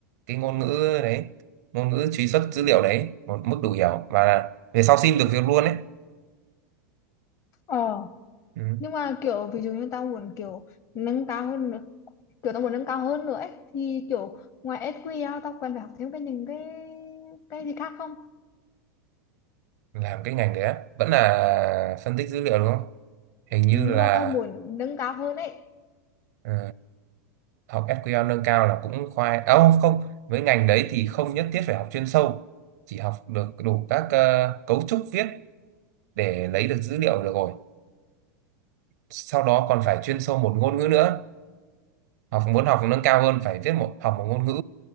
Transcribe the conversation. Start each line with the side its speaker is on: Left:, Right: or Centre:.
Right: cái ngôn ngữ đấy ngôn ngữ truy xuất dữ liệu đấy một mức đủ hiểu và là về sau xin được việc luôn đấy,
Left: ờ
Right: ừ.
Left: nhưng mà kiểu ví dụ như tao muốn kiểu nâng cao hơn nữa kiểu tao muốn nâng cao hơn nữa ấy thì kiểu ngoài SQL tao cần phải học thêm cái những cái cái gì khác không
Right: làm cái ngành đấy á. vẫn là phân tích dữ liệu đúng không hình như
Left: ừ, nhưng
Right: là
Left: mà tao muốn nâng cao hơn ấy
Right: ừ, học SQL nâng cao là cũng khoai à, không không với ngành đấy thì không nhất thiết phải học chuyên sâu chỉ học được đủ các ờ, cấu trúc viết để lấy được dữ liệu được rồi sau đó còn phải chuyên sâu một ngôn ngữ nữa học muốn học nâng cao hơn phải viết một học một ngôn ngữ